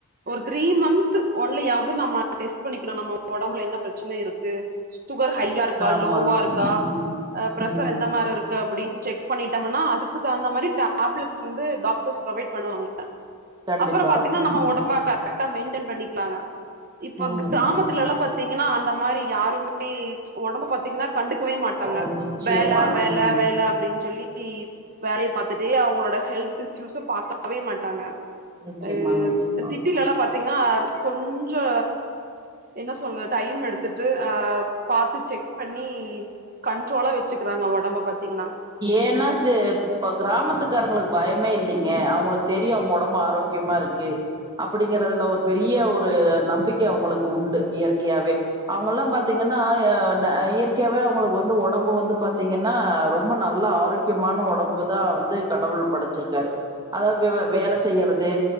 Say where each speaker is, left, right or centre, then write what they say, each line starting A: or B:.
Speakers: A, on the right; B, on the right.
A: ஒரு த்ரீ மன்த்து ஒன்லியாவது நம்ம டெஸ் பண்ணிக்கனு நம்ம ஒடம்புல என்ன பிரச்சன இருக்கு சுகர் ஹைய்யா இருக்கா
B: ஆமாங்க
A: லோவா இருக்கா
B: ம்
A: ஆ ப்ரசரு
B: ம்
A: எந்த மார் இருக்கு அப்டின் செக் பண்ணிட்டம்னா அதுக்கு தகுந்த மாரி டேப் டாப்லட்ஸ் வந்து டாக்டர்ஸ் ப்ரொவைட் பண்ணுவாங்கல்ள
B: கண்டிப்பா
A: அப்பற பாத்தீங்ன்னா
B: ம்
A: நம்ம ஒடம்பா கரக்டா மெய்ன்டன் பண்ணிக்கலாங்க இப்போ
B: ம்
A: கிராமத்துலல்லா
B: ம்
A: பாத் தீங்கன்னா அந்த மாரி யாருமே ஒடம்ப பாத்தீங்ன்னா கண்டுக்கவே மாட்டாங்க
B: ஓ நிச்சயமா
A: வேல வேல
B: ம்
A: வேல அப்டின் சொல்லி வேலயே பாத் துட்டே அவ்ங்ளோட ஹெல்த் இஸ்ஸூஸ பாக்கவே மாட்டாங்க
B: நிச்சயமாங்க
A: ஆ
B: நிச்சயமா
A: சிட் ட்டிலல்லா பாத்தீங்ன்னா கொஞ்சோ என்ன சொல்ல டைம் எடுத்துட் டா ஆ பாத்து செக் பண்ணி கண்ட்ரோலா வச்சிக்கிறாங்க ஒடம்ப பாத்தீங்ன்னா
B: ஏன்னா து இப்ப கிராமத்துக்காரங்களுக்கு பயமே இல்லிங்க அவுங்களுக்கு தெரியு அவுங்க ஒடம்பு ஆரோக்கியமா இருக்கு அப்டிங்கிறதுல ஒரு பெரிய ஒரு நம்பிக்க அவுங்களுக்கு உண்டு இயற்கையாவே அவுங்கல்லா பாத்தீங்கன்னா
A: ஆமா
B: ஏ ந இயற்கையாவே அவுங்களுக்கு வந்து ஒடம்பு வந்து பாத்தீங்கன்னா ரொம் ப நல்ல ஆரோக்கியமான ஒடம்பு தா வந்து கடவுள் படச்சிருக்காரு அதாவ் வவ வேல செய்யறது